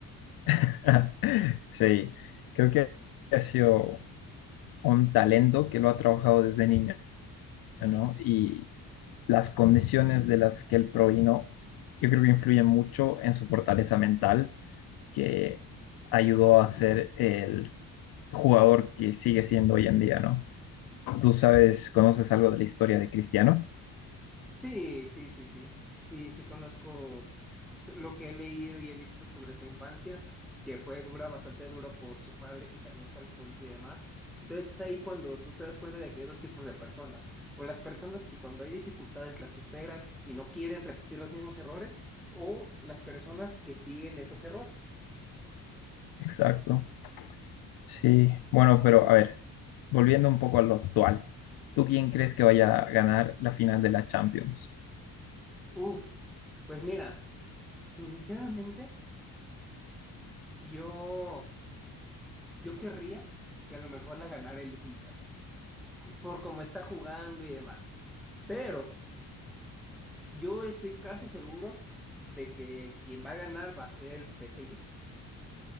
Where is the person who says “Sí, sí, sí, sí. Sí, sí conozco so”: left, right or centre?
Centre